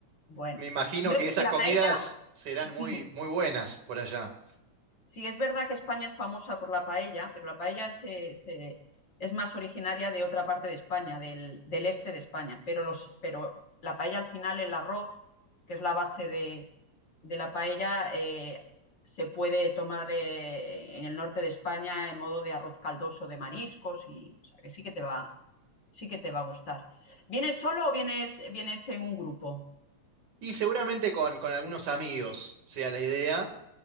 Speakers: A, on the left; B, on the right.
A: Bueno,
B: Me imagino
A: no
B: que
A: es
B: esas
A: la
B: comidas
A: paella,
B: serán
A: <laughs>
B: muy, muy buenas por allá.
A: sí es verdad que España es famosa por la paella, pero la paella se- se- es más originaria de otra parte de España, del, del este de España. Pero, los, pero la paella al final, el arroz, que es la base de, de la paella, eh, se puede tomar eh, en el norte de España en modo de arroz caldoso de mariscos y o sea, que sí que te va, sí que te va a gustar. ¿Vienes solo o vienes, vienes en un grupo?
B: Y seguramente con, con algunos amigos sea la idea.